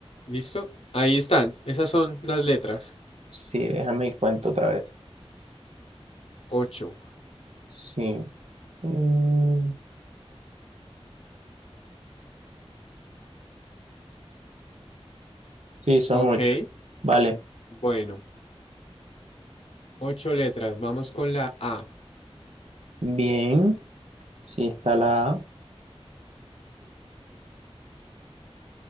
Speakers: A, on the left; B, on the right.
A: ¿listo? Ahí están. Esas son las letras.
B: Sí, déjame y cuento otra vez.
A: Ocho.
B: Sí. Mm, sí, son
A: Ok,
B: ocho. Vale.
A: bueno. Ocho letras. Vamos con la A.
B: Bien. Sí, está la A.